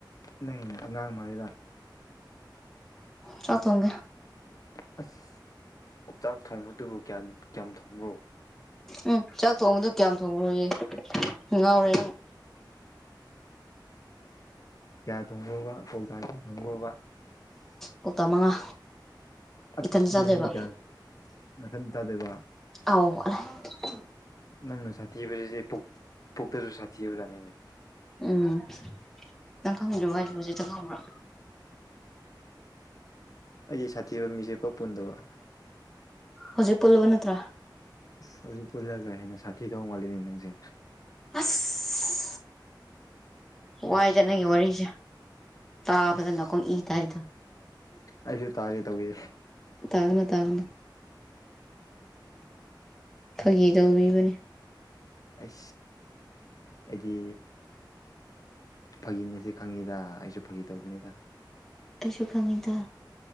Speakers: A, on the left (about 45°); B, in the centre.
A: ꯅ ꯑꯉꯥꯡꯥꯡ ꯃꯔꯤꯗ
B: ꯆ ꯊꯣꯡꯒꯦ
A: ꯑꯁ ꯆꯥꯛ ꯊꯣꯡꯕꯗꯨꯕꯨ ꯀꯌꯥꯝ ꯀꯌꯥꯝ ꯊꯣꯡꯕ꯭ꯔꯣ
B: ꯎꯝ ꯆꯥꯛ ꯊꯣꯡꯕꯗꯣ ꯀꯌꯥꯝ ꯊꯣꯡꯕ꯭ꯔꯨꯌꯦꯦ ꯉꯥꯎꯔꯦ ꯅꯪ
A: ꯀꯌꯥ ꯊꯣꯡꯉꯨꯔꯕ ꯀꯧꯇꯥꯛ ꯀꯌꯥ ꯊꯣꯡꯉꯨꯔꯕ
B: ꯀꯧꯇꯥ ꯃꯉꯥ
A: ꯑ
B: ꯏꯊꯟꯇ ꯆꯥꯗꯣꯏꯕ
A: ꯗꯃꯤꯅꯤ ꯀꯌꯥ ꯃ ꯇꯗꯕ
B: ꯑ
A: ꯅꯪꯅ ꯁꯥꯊꯤꯗꯤ ꯄꯨꯛꯇꯁꯨ ꯁꯥꯊꯤꯕꯖꯥꯅꯤꯅꯦ
B: ꯎꯝ ꯅꯪ ꯈꯪꯗꯣ ꯍꯥꯏꯁꯨ ꯍꯧꯖꯤꯛꯇꯪ ꯈꯪꯕ꯭ꯔꯣ
A: ꯑꯩꯁ ꯁꯥꯊꯤꯕ ꯃꯤꯁꯦꯄꯥ ꯄꯨꯟꯗꯕ
B: ꯍꯧꯖꯤꯛ ꯄꯨꯜꯂꯕ ꯅꯠꯇ꯭ꯔꯥ
A: ꯍꯧꯖꯤꯛ ꯄꯨꯜꯂꯒ ꯍꯦꯟꯅ ꯁꯥꯊꯤ ꯊꯣꯡ ꯃꯥꯠꯂꯤꯅꯦ ꯅꯪꯁꯦ
B: ꯑꯁ ꯋꯥꯏ ꯆꯠꯅꯪꯒꯤ ꯋꯥꯔꯤꯁꯦ ꯇꯥꯕꯗ
A: ꯑꯁ
B: ꯅꯀꯣ ꯏ ꯇ ꯏꯗ
A: ꯑꯩꯁꯨ ꯇꯥꯒꯦ ꯇꯧꯋꯦ
B: ꯇꯥꯒꯅ ꯇꯥꯒꯅ ꯐꯥꯒꯤ ꯇꯧꯕꯔꯤꯕꯅꯤ
A: ꯑꯩ ꯑꯩꯗꯤ ꯐꯥꯒꯤꯅꯤꯁ ꯈꯪꯉꯤꯗ ꯑꯩꯁꯨ ꯐꯥꯒꯤ ꯇꯧꯕꯅꯤꯗ
B: ꯇꯁꯨ ꯀꯃꯤꯗ